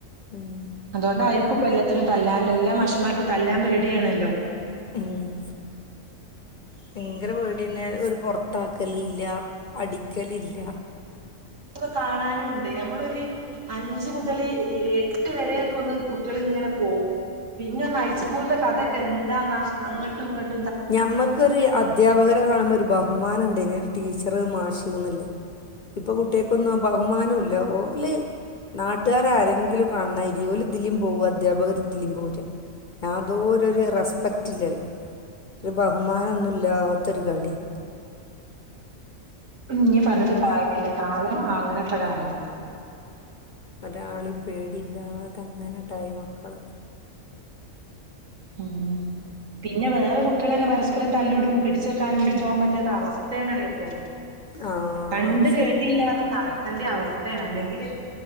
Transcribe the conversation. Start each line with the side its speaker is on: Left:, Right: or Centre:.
Left: ഉം
Right: അതുകൊണ്ടായിരിക്കും ഇപ്പ എല്ലാത്തിനും തല്ലാൻ എല്ലാ മാഷുമാർക്കും തല്ലാൻ പേടിയണല്ലോ
Left: ഉം ഭയങ്കര വീടന്ന ഒരു പൊറത്താക്കലീല്ല അടിക്കലില്ല
Right: കാണാനുംുണ്ട് നമ്മളൊരു അഞ്ച് മുതൽ എട്ട് വരെയൊക്കെ ഒന്ന് കുട്ടികൾ ങ്ങനെ പോ പിന്നെ ഒ ഹൈസ്കൂളത്തെ കഥൊക്കെ എന്താന്നാ അങ്ങോട്ടും ഇങ്ങട്ട്
Left: ഞമ്മക്കൊരു അധാപകരെ കാണുമ്പോ ഒരു ഭാഗം ബഹുമാനുണ്ട് ഇനിൊരു ടീച്ചറ് മാഷന്നില്ലേ ഇപ്പൊ കുട്ടികക്കൊന്നും ബഹുമാനം ഇല്ല ഓ അല്ലേ നാട്ടുകാര ആരെങ്കിലും കാണ ഇരിോല ദില്ലീം പോക അധ്യാപകര് ദില്ലീം പോില്ല ഞാാന്തോര ഒരു റെസ്പെക്റ്റ് ഇല്ലല്ലോ ഒരു ബഹുമാനംൊന്നുംല്ലാാത്തൊരു കളിയെ
Right: ന പറഞ്ഞിട്ട് കാര്യല്ല കാലം അങ്ങനെത്തട ആയി
Left: ഒരാളും പേടില്ലാതെങ്ങനെട്ടായി മക്കള്
Right: ഉ പിന്നെ വേറെ കുട്ടികൾ തന്നെ പരസ അപ്പം തല്ലൂടടുമ്പോ പിടെക്കാന കടും പോകാൻ പറ്റാത്ത അവസ്ഥയാണല്ലോ ഇപ്പോൊ
Left: ആ
Right: കണ്ട്
Left: അത്
Right: കേട്ടില്ലോ നടക്കണ്ട അവസ്ഥയാണ് അല്ലെങ്കില്